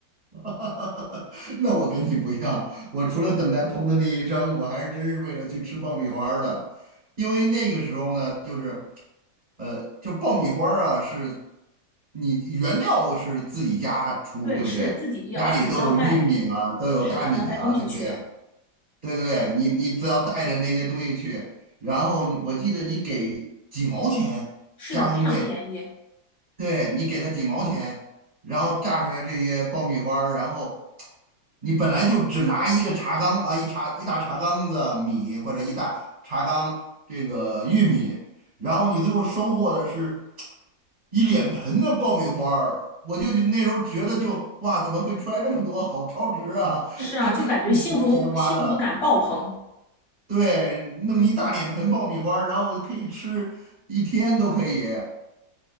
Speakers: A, on the right (about 30°); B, on the left (about 25°).
A: <laughs> 那我跟你不一样，我除了等待砰的那一声，我还是真是为了去吃爆米花儿的，因为那个时候呢，就是呃，就爆米花儿啊，是你原料是自己家出，
B: <laughs> 对，
A: 对不对？
B: 是自己要自己要带，
A: 家里都有玉米啊，都有大米啊，
B: 是的，要带东西去的。
A: 对不对？对对对，你你只要带着那些东西去，然后你我记得你给几毛钱加工费，
B: 是的，非常便宜。
A: 对你给他几毛钱，然后榨出来这些爆米花儿，然后你本来就只拿一个茶缸啊，一茶一大茶缸子米或者一大茶缸这个玉米，然后你最后收获的是一脸盆的爆米花儿，我就那时候觉得就哇，怎么会出来这么多，好超值啊！
B: 是啊，
A: <laughs>
B: 就感觉幸福幸福感爆棚。
A: 这几毛钱花的。对，弄一大脸盆爆米花儿然后我可以吃一天都可以。